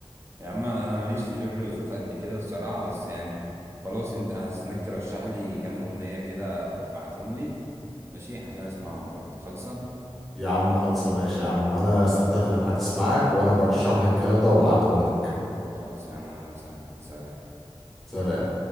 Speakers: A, on the right; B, in the centre.
A: يا عم انا انا ماليش في جورج وسوف قد كده الصراحه بس يعني خلاص انت انا هستناك ترشح لي كام اغنيه كده تبعتهم لي ماشي عشان اسمعهم برضه خالصه
B: يا عم خلصة ماشي يا عم انا استمتعت بالحديث معاك وانا برشح لك الكلام ده وببعتهم لك
A: خالص يا عم اهلا وسهلا بيك. سلام
B: سلام